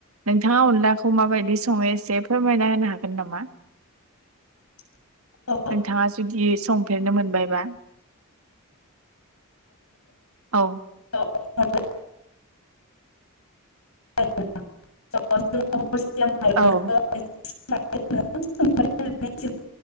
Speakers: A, on the right (about 75°); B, on the left (about 80°).
A: नोंथाङा अनलाखौ माबायदि सङो एसे फोरमायना होनो हागोन नामा।
B: <inaudible> औ
A: नोंथाङा जुदि संफेरनो मोनबायबा। औ।
B: <unintelligible> <unintelligible>
A: औ
B: <unintelligible>